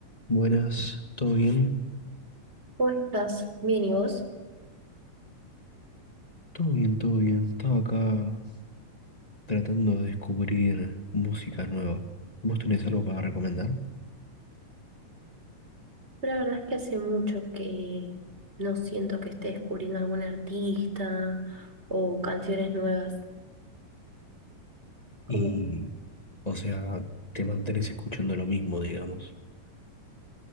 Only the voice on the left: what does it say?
Buenas, ¿todo bien?
Todo bien, todo bien. Estaba acá tratando de descubrir música nueva. ¿Vos tenés algo para recomendar?
Y, o sea, te mantenés escuchando lo mismo, digamos.